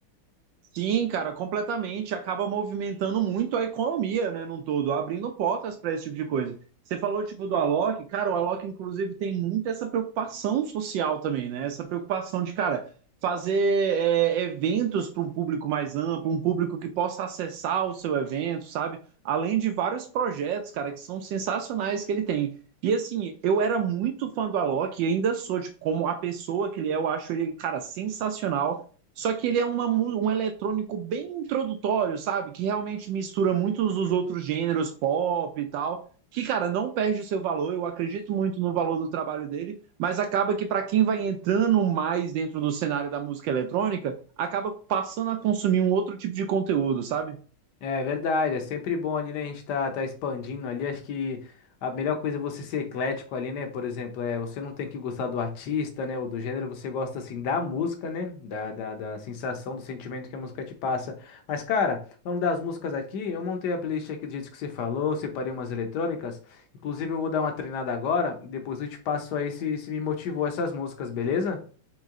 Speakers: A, on the right; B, on the left.
A: Sim, cara, completamente. Acaba movimentando muito a economia, né, num todo, abrindo portas para esse tipo de coisa. Você falou, tipo, do Alok, cara, o Alok, inclusive, tem muito essa preocupação social também, né? Essa preocupação de, cara, fazer é, eventos para um público mais amplo, um público que possa acessar o seu evento, sabe? Além de vários projetos, cara, que são sensacionais que ele tem. E assim, eu era muito fã do Alok e ainda sou, tipo, como a pessoa que ele é, eu acho ele, cara, sensacional. Só que ele é uma, um eletrônico bem introdutório, sabe? Que realmente mistura muitos dos outros gêneros pop e tal. Que, cara, não perde o seu valor. Eu acredito muito no valor do trabalho dele, mas acaba que, para quem vai entrando mais dentro do cenário da música eletrônica, acaba passando a consumir um outro tipo de conteúdo, sabe?
B: É verdade, é sempre bom ali, né? A gente tá, tá expandindo ali. Acho que a melhor coisa é você ser eclético ali, né? Por exemplo, é, você não tem que gostar do artista, né? Ou do gênero, você gosta assim da música, né? Da, da, da sensação, do sentimento que a música te passa. Mas, cara, vamos das músicas aqui. Eu montei a playlist aqui do jeito que você falou, separei umas eletrônicas. Inclusive, eu vou dar uma treinada agora. Depois eu te passo aí se, se me motivou essas músicas, beleza?